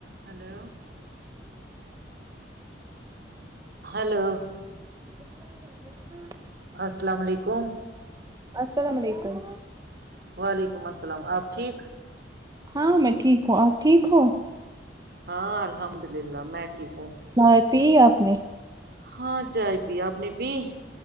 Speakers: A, on the right (about 60°); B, on the right (about 20°).
A: ہلو ہلو
B: <inaudible>
A: السلام علیکم
B: السلام علیکم
A: وعلیکم السلام آپ ٹھیک
B: ہاں میں ٹھیک ہوں آپ ٹھیک ہو
A: ہاں الحمد للہ میں ٹھیک ہوں
B: <inaudible> پ آنے
A: ہاں چائے پی آپ نے پی